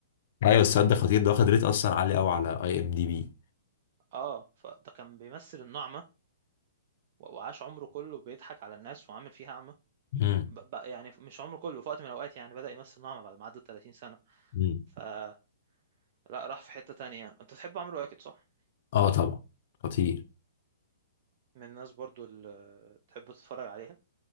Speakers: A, on the left; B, on the right.
A: <laughs> ايوه السد خطير ده واخد ريت اصلا عالي قوي على اي ام دي بي
B: اه فده كان بيمثل النعمة و- وعاش عمره كله بيضحك على الناس وعامل فيها أعمى
A: امم
B: ب- بقى يعني مش عمره كله في وقت من الأوقات يعني بدأ يمثل نعمة بعد ما عدى 30 سنة
A: امم
B: فلا راح في حتة تانية أنت تحب عمرو واكد صح؟
A: اه طبعا خطير
B: من الناس برضو اللي تحب تتفرج عليها